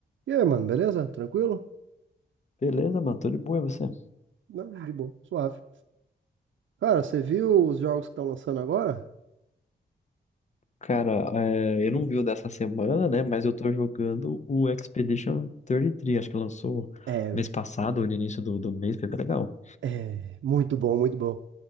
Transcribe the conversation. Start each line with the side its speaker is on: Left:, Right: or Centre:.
Right: E aí, mano, beleza? Tranquilo?
Left: Beleza, mano, tô de boa, e você?
Right: Não, de boa, suave. Cara, você viu os jogos que estão lançando agora?
Left: Cara, é, eu não vi o dessa semana, né? Mas eu tô jogando o Expedition 33, acho que lançou
Right: É,
Left: mês passado ou no início do, do mês, foi bem legal.
Right: é, muito bom, muito bom.